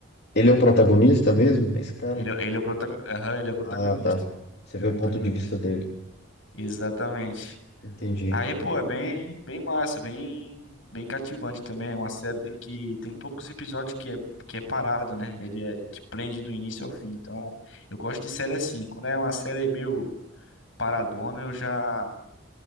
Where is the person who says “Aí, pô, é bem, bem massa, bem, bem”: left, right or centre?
Left